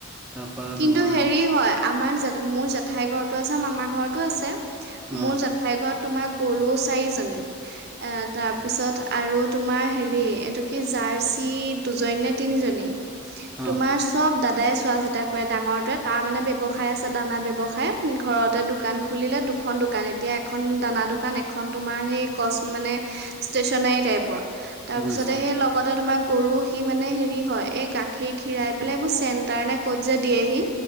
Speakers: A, in the centre; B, on the right.
A: তাৰপা
B: কিন্তু
A: তোমাৰ
B: হেৰি হয় আমাৰ জ মোৰ জেঠাই ঘৰত টো আছে মামাৰ ঘৰতো আছে।
A: অ
B: মোৰ জেঠাইৰ ঘৰত তোমাৰ গৰু চাৰিজনী, এ তাৰপিছত আৰু তোমাৰ হেৰি এইটো কি জা জাচী দুজনী নে তিনি জনী,
A: অ
B: তুমাৰ চব দাদাই চোৱা চিতা কৰে ডাঙৰ তে তাৰ মানে ব্যয়ৱসায় আছে। দানা ব্যৱসায় ঘৰতে দোকান খুলিলে দুখন দোকান এতিয়া এখন দানা দোকান এখন তোমাৰ সেই কচ মানে ষ্টেচনাৰী টাইপৰ। তাৰ
A: বুজিছা
B: পিছতে সেই লগতে তোমাৰ গৰু সি মানে হেৰি হয় এই গাখীৰ খীৰাই পেলাই এইবোৰ চেণ্টাৰ নে ক'ত যে দিয়েহি।